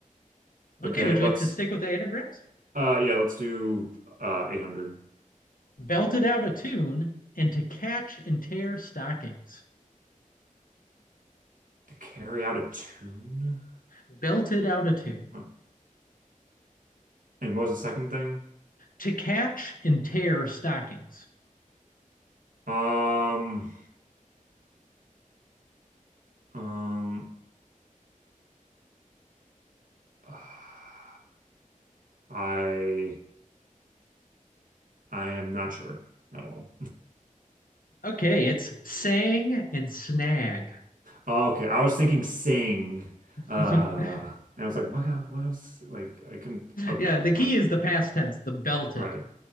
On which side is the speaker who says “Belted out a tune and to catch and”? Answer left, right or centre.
Left